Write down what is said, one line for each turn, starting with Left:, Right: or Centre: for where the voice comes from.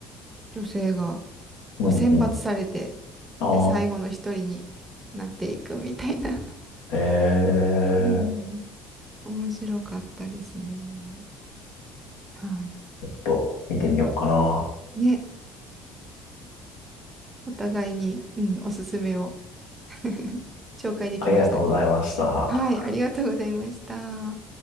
Right: 女性がこう選抜されて、
Left: うんうん。あ
Right: で、最後の一人になっていくみたいな。
Left: あ。えーっ
Right: <laughs> うんうん。面白かったですね。はい。
Left: と、見てみようかな。
Right: ね。お互いに、うん、おすすめを <laughs> 紹介できましたね。
Left: ありがとうございました。
Right: はい。ありがとうございました。